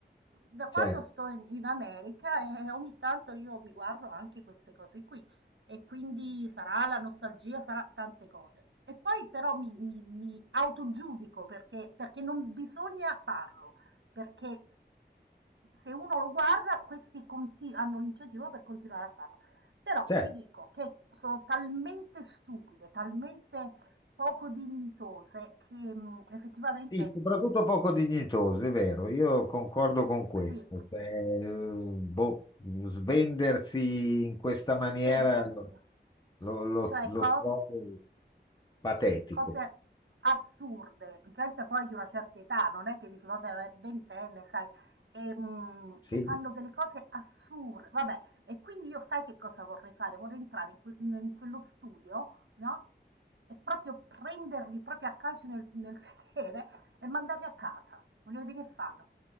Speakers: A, on the right; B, on the left.
A: da quando
B: Certo,
A: sto in in America, <laughs> eh, ogni tanto io mi guardo anche queste cose qui e quindi sarà la nostalgia, sarà tante cose. E poi però mi, mi- mi autogiudico perché, perché non bisogna farlo, perché se uno lo guarda, questi conti- hanno l'incentivo per continuare a farlo. Però
B: certo.
A: ti dico che sono talmente stupide, talmente poco dignitose che, mhmm, effettivamente
B: Sì, soprattutto poco dignitoso, è vero, io concordo con questo.
A: sì,
B: Cioè, eh, boh, svendersi in questa maniera
A: svendersi.
B: lo, lo- lo-
A: Cioè
B: lo
A: cos
B: trovo patetico.
A: cose assurde, gente poi di una certa età, non è che dici vabbè, ma è ventenne, sai, e, mm,
B: Sì.
A: che fanno delle cose assurde, vabbè, e quindi io sai che cosa vorrei fare? Vorrei entrare in, que- in quello studio, no? E proprio prenderli proprio a calci nel, nel <laughs> sedere e mandarli a casa. Voglio vedere che fanno.